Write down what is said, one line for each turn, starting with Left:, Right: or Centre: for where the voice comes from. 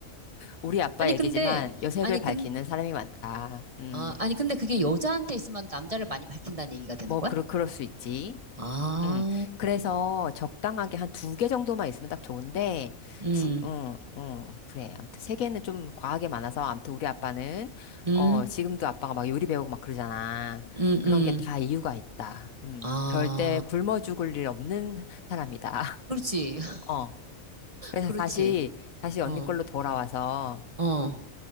Left: 우리 아빠
Right: 아니,
Left: 얘기지만
Right: 근데,
Left: 여색을
Right: 아니,
Left: 밝히는
Right: 근,
Left: 사람이 많다. 음,
Right: 아, 아니, 근데 그게 여자한테 있으면 남자를 많이 밝힌다는 얘기가 되는
Left: 뭐,
Right: 거야?
Left: 그럴, 그럴 수 있지.
Right: 아,
Left: 음. 그래서 적당하게 한 두 개 정도만 있으면 딱 좋은데,
Right: 음,
Left: 두, 어, 어, 그래. 아무튼 세 개는 좀 과하게 많아서, 아무튼 우리 아빠는,
Right: 음,
Left: 어, 지금도 아빠가 막 요리 배우고 막 그러잖아.
Right: 음,
Left: 그런
Right: 음.
Left: 게 다 이유가 있다. 음.
Right: 아,
Left: 절대 굶어 죽을 일 없는 사람이다. <laughs>
Right: 그렇지, <laughs>
Left: 어. 그래서
Right: 그렇지.
Left: 다시, 다시 언니
Right: 어,
Left: 걸로 돌아와서,
Right: 어.